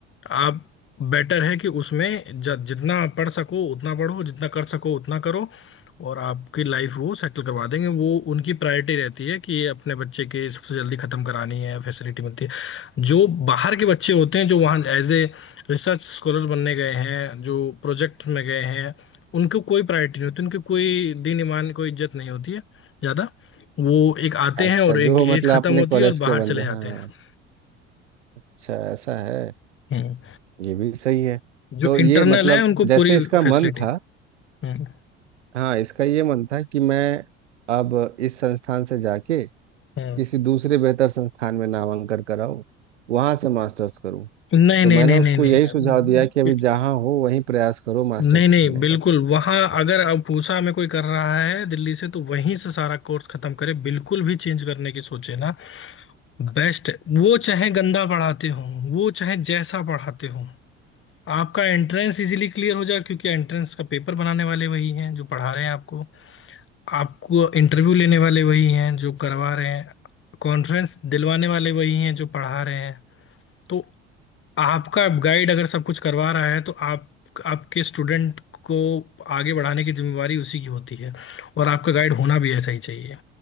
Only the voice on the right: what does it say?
अच्छा
जो मतलब
अपने
कॉलेज
के
बंदे
हाँ
अच्छा ऐसा है
ये भी सही है
तो
ये मतलब
जैसे
इसका
मन था
हाँ इसका ये मन था कि मैं अब इस संस्थान से जाके किसी
दूसरे बेहतर संस्थान में नामांकन कराऊं वहां से मास्टर्स करूं
तो
मैंने
उसको
यही सुझाव दिया कि अभी
जहाँ हो वहीं प्रयास करो मास्टर्स
करने
का